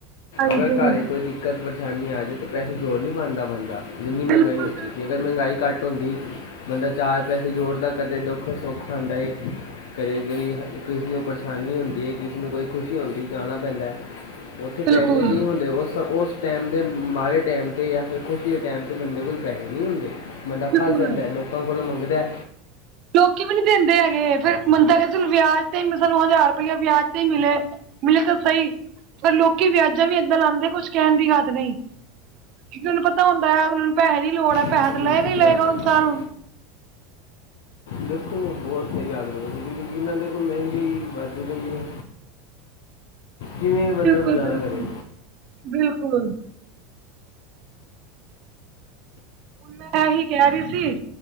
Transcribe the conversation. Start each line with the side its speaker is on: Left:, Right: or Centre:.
Right: ਹਾਂਜੀ
Left: ਅਗਰ ਘਰ 'ਚ ਕੋਈ ਦਿੱਕਤ ਪ੍ਰੇ ਪ੍ਰੇਸ਼ਾਨੀ ਆ ਜਾਵੇ ਤੇ ਪੈਸੇ ਜੋੜ ਨਹੀਂ ਪਾਉਂਦਾ ਬੰਦਾ, ਇੰਨੀ
Right: ਬਿਲਕੁਲ
Left: ਮਹਿੰਗਾਈ ਹੋ
Right: ਬਿਲਕੁਲ
Left: ਚੁੱਕੀ, ਅਗਰ ਮਹਿੰਗਾਈ ਘੱਟ ਹੁੰਦੀ ਬੰਦਾ ਚਾਰ ਪੈਸੇ ਜੋੜਦਾ ਕਦੇ ਦੁੱਖ ਸੁੱਖ ਹੁੰਦਾ ਏ, ਕਦੇ ਕੋਈ ਕਿਸੇ ਨੂੰ ਪ੍ਰੇਸ਼ਾਨੀ ਹੁੰਦੀ ਏ, ਕਿਸੇ ਨੂੰ ਕੋਈ ਖੁਸ਼ੀ ਹੁੰਦੀ ਜਾਣਾ ਪੈਂਦਾ ਉੱਥੇ
Right: ਬਿਲਕੁਲ
Left: ਪੈਸੇ ਨਹੀਂ ਹੁੰਦੇ, ਉਸ- ਉਸ ਟੈਮ ਤੇ ਮਾੜੇ ਟੈਮ ਤੇ ਜਾਂ ਫੇਰ ਖੁਸ਼ੀ ਦੇ ਟੈਮ ਤੇ ਬੰਦੇ ਕੋਲ ਪੈਸੇ ਨਹੀਂ ਹੁੰਦੇ, ਬੰਦਾ
Right: ਬਿਲਕੁਲ
Left: ਫਸ ਐ ਲੋਕਾਂ ਕੋਲੋਂ ਮੰਗਦਾ
Right: ਲੋਕੀ ਵੀ ਨੀ ਦਿੰਦੇ ਹੈਗੇ, ਫੇਰ ਬੰਦਾ ਕਹਿੰਦਾ ਚਲੋ ਵਿਆਜ ਤੇ ਸਾਨੂੰ ਹਜ਼ਾਰ ਰੁਪਈਆ ਵਿਆਜ ਤੇ ਹੀ ਮਿਲੇ ਮਿਲੇ ਤਾਂ ਸਹੀ, ਪਰ ਲੋਕੀ ਵਿਆਜਾਂ ਵੀ ਐਦਾਂ ਲਾਉਂਦੇ ਕੁੱਛ ਕਹਿਣ ਦੀ ਹੱਦ ਨਹੀਂ ਕਿਉਂਕਿ ਉਹਨੂੰ ਪਤਾ ਹੁੰਦਾ ਹੈ ਉਹ ਨੂੰ ਪੈਸੇ ਦੀ ਲੋੜ ਹੈ ਪੈਸਾ
Left: ਬਿਲਕੁਲ
Right: ਤਾਂ ਲਏਗਾ ਹੀ ਲਏਗਾ
Left: ਬਿਲਕੁਲ ਸਹੀ ਆਖਦੇ
Right: ਇਨਸਾਨ
Left: ਹੋ। ਦੇਖੋ ਬਹੁਤ ਸਹੀ ਆਦਮੀ ਜਿੰਨਾ ਦੇ ਕੋਲ ਮਹਿੰਦੀ ਵੱਧ ਗਈ ਹੈ ਕਿਵੇਂ ਬੰਦਾ
Right: ਬਿਲਕੁੱਲ-
Left: ਗੁਜ਼ਾਰਾ
Right: ਬਿਲਕੁੱਲ,
Left: ਕਰੇ
Right: ਬਿਲਕੁੱਲ ਹੁਣ ਮੈਂ ਐਹ ਹੀ ਕਹਿ ਰਹੀ ਸੀ